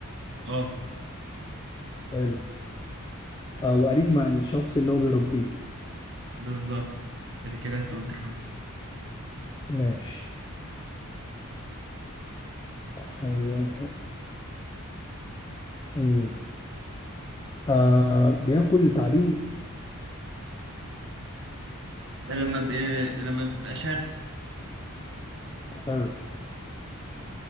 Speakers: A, on the right; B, on the left.
A: اه
B: حلو أو أليف مع الشخص اللي هو بيربيه
A: بالظبط ادي كده انت قلت خمسة
B: ماشي حيوان امم آه بياكل تعابين
A: لما بقى لما بقى شرس
B: حلو